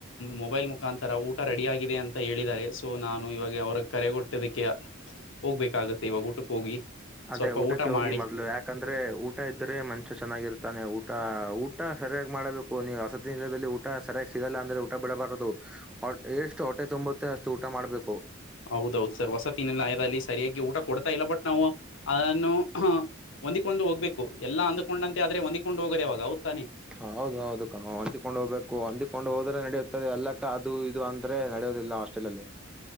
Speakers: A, on the left; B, in the centre.
A: ಮೊಬೈಲ್ ಮುಖಾಂತರ ಊಟ ರೆಡಿ ಆಗಿದೆ ಅಂತ ಹೇಳಿದ್ದಾರೆ ಸೊ ನಾನು ಇವಾಗ ಅವ್ರ ಕರೆಗಟ್ಟದಕ್ಕೆ ಹೋಗ್ಬೇಕಾಗತ್ತೆ ಇವಾಗ ಊಟಕ್ಕೆ ಹೋಗಿ
B: ಅದೇ
A: ಸ್ವಲ್ಪ
B: ಊಟಕ್ಕೆ
A: ಊಟ
B: ಹೋಗಿ
A: ಮಾಡಿ
B: ಮೊದಲು ಯಾಕೆ ಯಾಕಂದ್ರೆ ಊಟ ಇದ್ದ್ರೆ ಮನುಷ್ಯ ಚೆನ್ನಾಗಿರ್ತಾನೆ ಊಟ ಊಟ ಸರಿಯಾಗಿ ಮಾಡಬೇಕು ನೀವು ಹಸತಿ ನಿಲದಲ್ಲಿ ಊಟ ಊಟ ಸರಿಯಾಗಿ ಸಿಗಲ್ಲ ಅಂದ್ರೆ ಊಟ ಬಿಡಬಾರದು ಎಷ್ಟು ಹೊಟೆ ತುಂಬುತ್ತೆ ಅಷ್ಟು ಊಟ ಮಾಡ್ಬೇಕು
A: ಹೌದೌದು ಸರ್ ಹೊಸತಿಿನಲ್ಲಯದಲ್ಲಿ ಸರಿಯಾಗಿ ಊಟ ಕೊಡ್ತಾ ಇಲ್ಲ ಬಟ್ ನಾವು ಅದನ್ನು ಹೊಂದ್ಕೊಂಡು ಹೋಗ್ಬೇಕು ಎಲ್ಲ ಅಂದ್ಕೊಂಡಂತೆ ಆದ್ರೆ ಹೊಂದ್ಕೊಂಡು ಹೋಗದೆ ಅವವಾಗ ಹಓ್ತಾನೆ
B: ಹೌದ ಹೌದು ಕಣು ಹೊಂದಿಕೊಂಡು ಹೋಗ್ಬೇಕು ಹೊಂದಿಕೊಂಡು ಹೋದ್ರೆ ನಡೆಯುತ್ತದೆ ಎಲ್ಲಕ್ಕ ಅದು ಇದು ಅ ಹ ನಡೆಯೋುದಿಲ್ಲ ಹಾಸ್ಟೆಲ್ ಅಲ್ಲಿ